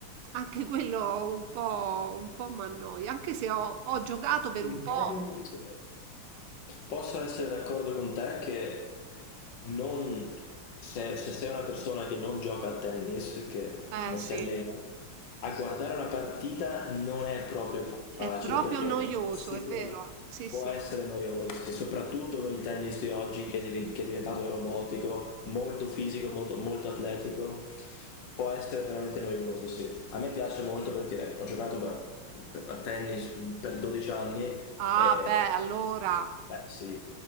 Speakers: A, on the right; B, on the left.
A: anche quello un po', un po' mi annoia, anche se ho, ho giocato per
B: Il
A: un po'.
B: tennis. Posso essere d'accordo con te che non- se, se sei una persona che non gioca a tennis, che
A: Eh
B: non
A: sì,
B: si allena, a guardare una partita non è proprio
A: è
B: facile
A: proprio
B: perché
A: noioso,
B: sicuramente
A: è vero? Sì,
B: può
A: sì.
B: essere noioso, e soprattutto con il tennis di oggi che è, div- che è diventato robotico, molto fisico, molto, molto atletico, può essere veramente noioso, sì. A me piace molto perché ho giocato per- per- a tennis per 12 anni
A: Ah,
B: eh,
A: beh, allora.
B: beh, sì,